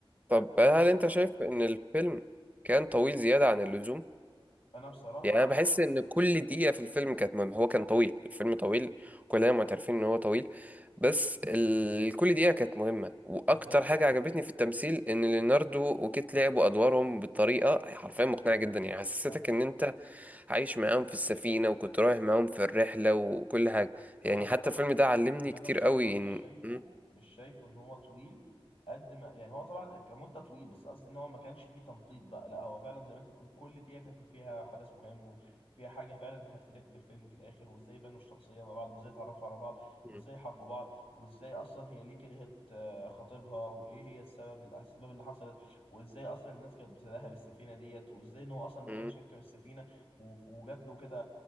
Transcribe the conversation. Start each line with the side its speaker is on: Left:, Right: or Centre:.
Left: فالحوار
Right: طب هل انت
Left: ده
Right: شايف ان الفيلم كان طويل زياده عن اللزوم
Left: انا بصراحه
Right: يعني انا بحس ان كل دقيقه في الفيلم كانت مهمه هو كان طويل الفيلم طويل كلنا معترفين ان هو طويل بس ال... كل دقيقه كانت مهمه واكتر
Left: بالظبط
Right: حاجه عجبتني في التمثيل ان ليوناردو وكيت لعبوا ادوارهم بطريقه حرفيا مقنعه جدا يعني حسستك
Left: انا
Right: ان انت عايش معاهم في السفينه وكنت رايح معاهم في الرحله وكل حاجه يعني
Left: انا بصراحه
Right: حتى الفيلم ده علمني
Left: انا
Right: كتير
Left: بصراحه
Right: قوي
Left: مش
Right: إن...
Left: شايفه
Right: م-
Left: مش شايفه ان هو طويل قد ما يعني هو طبعا كمده طويل بس قصدي ان هو ما كانش فيه تمطيط بقى لا هو فعلا زي ما انت بتقول كل دقيقه كانت فيها حدث مهم وفيها حاجه فعلا هتفيدك في الفيلم في الاخر وازاي بنوا الشخصيه مع بعض وازاي اتعرفوا على بعض
Right: م-
Left: وازاي حبوا بعض وازاي اصلا هي ليه كرهت آه، خطيبها وايه هي السبب الاسباب اللي حصلت وازاي اصلا الناس كانت بتداها بالسفينه ديت وازاي ان هو اصلا ما
Right: م.
Left: كانش يركب السفينه و- وجات له كده